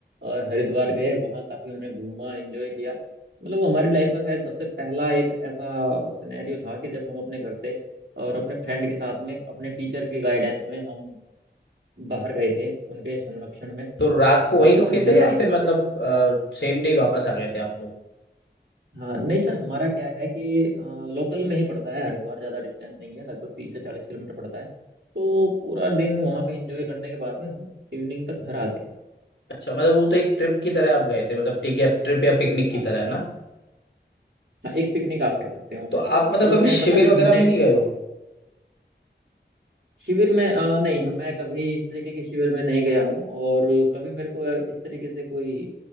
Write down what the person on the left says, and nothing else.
तो रात को वहीं
रुके
थे
या फिर मतलब सेम डे वापस आ गए थे आप लोग
अच्छा मतलब वो तो एक ट्रिप की तरह आप गए थे मतलब ठीक है ट्रिप या पिकनिक की
तरह है ना
तो आप मतलब
कभी
शिविर
वगैरह
में नहीं गए हो